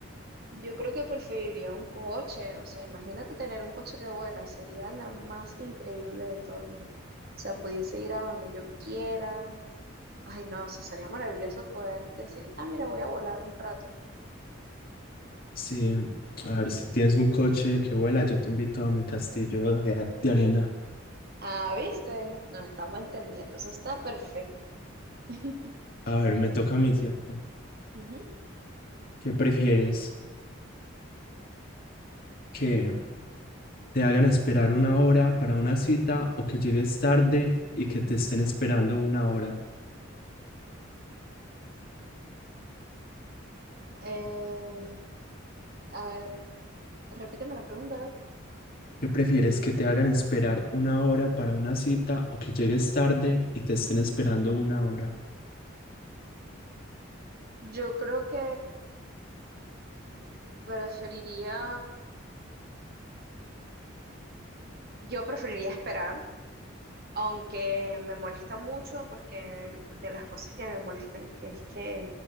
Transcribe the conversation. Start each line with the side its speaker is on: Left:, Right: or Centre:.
Right: yo creo que preferiría un coche. O sea, imagínate tener un coche que vuela. Sería la más increíble de todo el mundo. O sea, pudiese ir a donde yo quiera, Ay, no, eso sería maravilloso poder decir, ah, mira, voy a volar un rato.
Left: Sí, a ver, si tienes un coche que vuela, yo te invito a mi castillo de, de arena.
Right: Ah, viste, nos estamos entendiendo, eso está perfecto. <laughs>
Left: A ver, me toca a mí, ¿cierto?
Right: Ujú.
Left: ¿Qué prefieres? ¿Que te hagan esperar una hora para una cita o que llegues tarde y que te estén esperando una hora?
Right: Eh, a ver, repíteme la pregunta. a ver.
Left: ¿Qué prefieres? ¿Que te hagan esperar una hora para una cita o que llegues tarde y te estén esperando una hora?
Right: Yo creo que preferiría, yo preferiría esperar, aunque me molesta mucho porque de las cosas que me molestan que es que